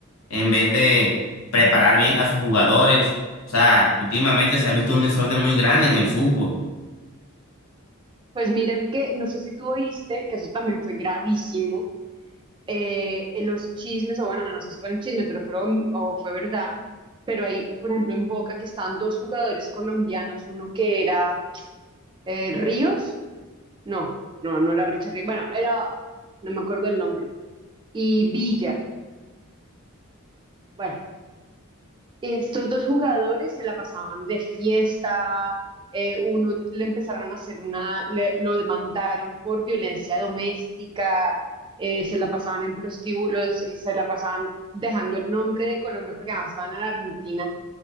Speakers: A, on the left (about 80°); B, on the right (about 20°).
A: en vez de preparar bien a sus jugadores. O sea, últimamente se ha visto un desorden muy grande en el fútbol.
B: pues mira que, no sé si tú oíste, que eso también fue gravísimo eh, los chismes, o bueno, no sé si fueron chismes, pero fueron, o fue verdad, pero ahí, por ejemplo, en Boca que estaban dos jugadores colombianos, uno que era eh, Ríos, no, no, no era Richard Ríos, bueno, era, no me acuerdo el nombre, y Villa, bueno, Estos dos jugadores se la pasaban de fiesta, eh, uno le empezaron a hacer una, le- lo demandaron por violencia doméstica, eh, se la pasaban en prostíbulos y se la pasaban dejando el nombre de Colombia porque además estaban en Argentina